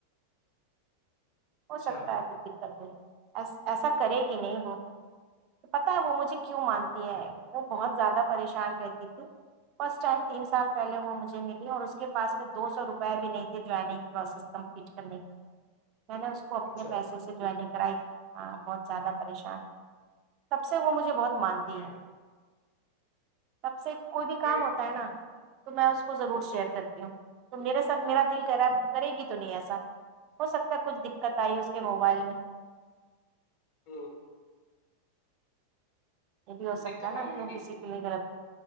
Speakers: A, on the right; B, on the left.
A: ہو
B: اچھا
A: سکتا ہے کچھ دقت نہیں ایسا کرے گی نہیں وہ پتا ہے وہ مجھے کیوں مانتی ہے وہ بہت زیادہ پریشان رہتی تھی فسٹ ٹائم تین سال پہے وہ مجھے ملی اور اس کے پاس میں دو سو روپئے بھی نہیں تھے جوائننگ پروسیس کمپلیٹ کرنے کی میں نے اس کو اپنے
B: اچھا
A: پیسے سے جوائین کرائی تھی ہاں بہت زیادہ پریشان سب سے وہ مجھے مجھے بہت مانتی
B: اچھا
A: ہے سب سے کوئی بھی کام
B: کہ
A: ہوتا ہے نا تو میں اس کو ضرور شیئر کرتی ہوں تو میرا سب میرا دل کرا کرے گی تو نہیں ایسا ہو سکتا کچھ دقت آئی اس کے موبائل میں
B: ہاں
A: یہ بھی ہو
B: دقت
A: سکتا ہے نا
B: آئی ہوگی
A: کیوں کسی کے لیے غلط